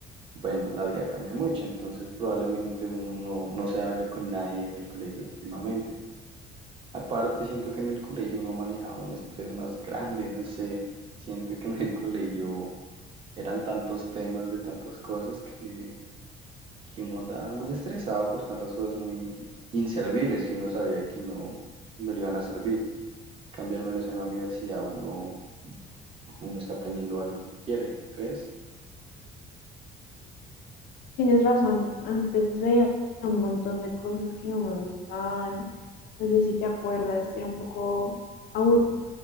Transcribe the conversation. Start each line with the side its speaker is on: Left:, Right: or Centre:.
Right: bueno, la vida cambia mucho, entonces probablemente uno no, no se hable con nadie en el colegio últimamente. Aparte, siento que en el colegio uno manejaba un estrés más grande, no sé, siento que en el colegio eran tantos temas de tantas cosas que, que uno andaba muy estresado por tantas cosas muy inservibles que uno sabía que no, no le iban a servir. En cambio, al menos en la universidad uno, uno está aprendiendo algo que quiere, ¿no crees?
Left: Tienes razón, antes veía un montón de cosas que no me gustaban, no sé si te acuerdas, era un poco aburrido